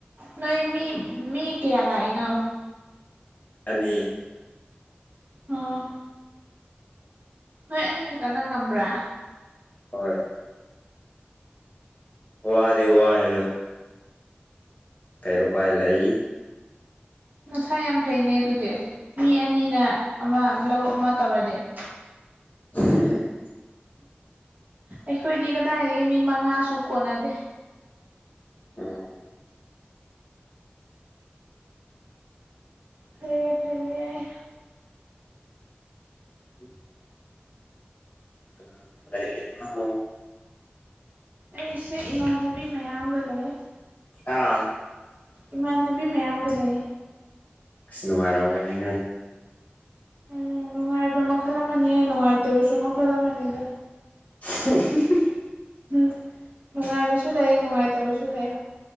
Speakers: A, on the right; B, on the left.
A: ꯅꯣꯏ ꯃꯤ ꯃꯤ ꯀꯌꯥ ꯂꯏꯅ
B: ꯑꯅꯤ
A: ꯑꯣ ꯅꯣꯏ ꯑꯅꯤ ꯈꯛꯇꯅ ꯉꯝꯕ꯭ꯔꯥ
B: ꯍꯣꯏ ꯋꯥꯗꯤ ꯋꯥꯌꯦ ꯑꯗꯨ ꯀꯩ ꯎꯄꯥꯏ ꯂꯩ
A: ꯅꯁꯥ ꯌꯥꯝ ꯐꯩꯅꯦ ꯑꯗꯨꯗꯤ ꯃꯤ ꯑꯅꯤꯅ ꯑꯃ ꯂꯧ ꯑꯃ ꯇꯧꯔꯗꯤ <inaudible>
B: <unintelligible>
A: ꯑꯩꯈꯣꯏꯗꯤ ꯀꯗꯥꯏꯗꯒꯤ ꯃꯤ ꯃꯉꯥꯁꯨ ꯀꯣꯟꯅꯗꯦ
B: ꯎꯝ
A: ꯐꯩꯑꯦ ꯐꯩꯩꯑꯦ
B: <unintelligible> ꯀꯥꯅꯒ ꯂꯩꯏꯔꯤꯅꯣ
A: ꯑꯩꯁꯦ ꯏꯃꯥꯟꯅꯕꯤ ꯃꯌꯥꯝꯒ ꯂꯩ
B: ꯍꯥ
A: ꯏꯃꯥꯟꯅꯕꯤ ꯃꯌꯥꯝꯒ ꯂꯩ
B: ꯑꯁ ꯅꯨꯡꯉꯥꯏꯔꯝꯒꯅꯤꯅꯦ
A: ꯎꯝ ꯅꯨꯡꯉꯥꯏꯕ ꯃꯈꯜ ꯑꯃꯅꯦ ꯅꯨꯡꯉꯥꯏꯇꯕꯁꯨ ꯃꯈꯜ ꯑꯃꯅꯦꯗ
B: <unintelligible>
A: ꯎꯝ ꯅꯨꯡꯉꯥꯏꯕꯁꯨ ꯂꯩ ꯅꯨꯡꯉꯥꯏꯇꯕꯁꯨ ꯂꯩ